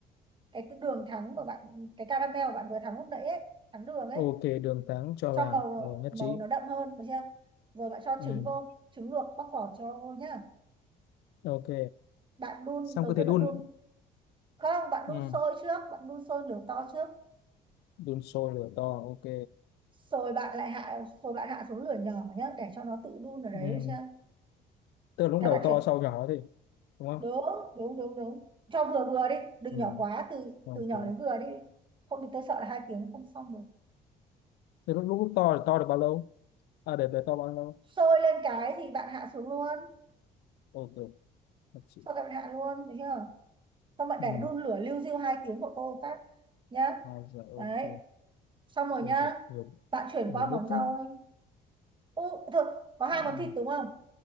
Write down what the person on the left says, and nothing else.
ok đường trắng cho
vào
rồi nhất
trí
ừ.
ok
xong
cứ
thế đun
ừ.
đun sôi lửa to ok
ừ.
tức là lúc
đầu
to
sau nhỏ thì đúng không
ừ.
ok
thế lúc, lúc to thì to được bao lâu à để để to bao lâu
ok nhất trí
ừ.
hai giờ ok
Ui
giời, nhiều
nhiều
bước
thế
ừ.